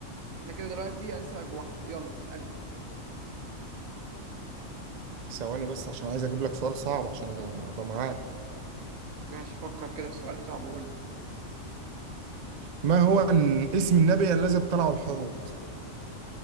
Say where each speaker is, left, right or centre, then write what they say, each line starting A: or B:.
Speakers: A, on the right (about 75°); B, on the right (about 45°).
A: احنا كده دلوقتي يعني لسه بقى بواحده يلا اسالني
B: ثواني بس عشان عايز اجيب لك سؤال صعب عشان ابقى معاك
A: ماشي فكر كده في سؤال صعب وقول لي
B: ما هو ن- اسم النبي الذي ابتلعه الحوت